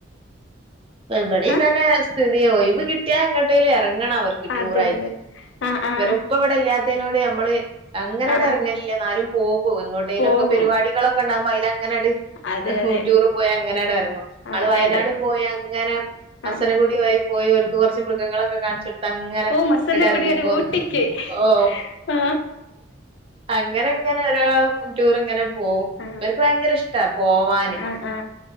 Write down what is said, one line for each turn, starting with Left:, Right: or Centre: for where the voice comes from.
Right: ഇവടെയും
Left: ആഹ്
Right: ഇത് തന്നെ സ്ഥിതി ഓയവ് കിട്ടിയാ എങ്ങോട്ടേലും എ- ഇറങ്ങണം അവർക്ക് ടൂറായിട്ട്
Left: അതെല്ലേ ആഹ് ആഹ്
Right: ഇരേ ഉപ്പാ ഇവടെ ഇല്ലാത്തതിനോട് ഞമ്മള് അങ്ങനെ
Left: ആഹ്
Right: ഒരാ എറങ്ങലില്ലേ
Left: ആഹ്
Right: എന്നാലും പോകും എങ്ങോട്ടേലോക്കെ
Left: പോകും
Right: പരിപാടികളൊക്കെ ഒണ്ടാവുമ്പോ അല് അങ്ങനെ അട്
Left: അതെ അതെ
Right: ടൂർ പോയി അങ്ങനെടെ എറങ്ങും
Left: ആ
Right: ആള് വയനാട്
Left: എടെ
Right: പോയി അങ്ങനെ വസനകുടി
Left: ആ ആ
Right: വൈയി പോയി ഓര്ക്ക് കൊറച്ച് മൃഗങ്ങളൊക്കെ കാണിച്ച് അങ്ങനെ
Left: ഓ മസന്ന
Right: ഇങ്ങട് എറങ്ങിപ്പോന്ന്
Left: കുടികര ഊട്ടിക്ക്
Right: ഓ
Left: ആ
Right: അങ്ങനെ ഇങ്ങനെ ഒരു ടൂർ ഇങ്ങനെ പോവും
Left: ആ
Right: ഇവർക്ക് ഭയങ്കര ഇഷ്ടാ പോവാന്
Left: ആ ആ